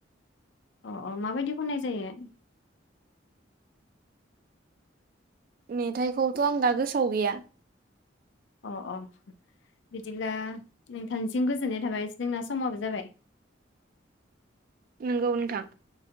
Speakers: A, on the left; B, on the right.
A: अ अ माबायदि खननाय जायो?
B: मेथाइखौथ आं दा गोसोआव गैया
A: अ अ बिदिब्ला नोंथांनिसिम गोजोननाय थाबाय जोंना समाबो जाबाय
B: नोंगौ नोंथां।